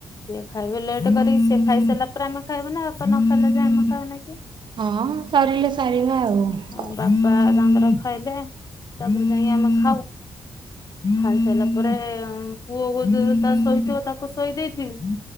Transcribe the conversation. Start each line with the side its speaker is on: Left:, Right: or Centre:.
Left: ସିଏ ଖାଇବେ ଲେଟ୍ କରିକି ସିଏ ଖାଇସାରିଲା ପରେ ଆମେ ଖାଇବୁ ନା ବାପା ନ ଖାଇଲେ ଯାଏ ଆମେ ଖାଇ ନା କି।
Right: ହଁ ସରିଲେ ସାରିବ ଆଉ।
Left: ଆଉ ବାପା ତାଙ୍କର ଖାଇଲେ ତାପରେ ଯାଇକି ଆମେ ଖାଉ। ଖାଇସାରିଲାପରେ ହ ପୁଅ ଯୋଉ ତା ଶୋଇଥିବ ତାକୁ ଶୋଇ ଦେଇଥିବି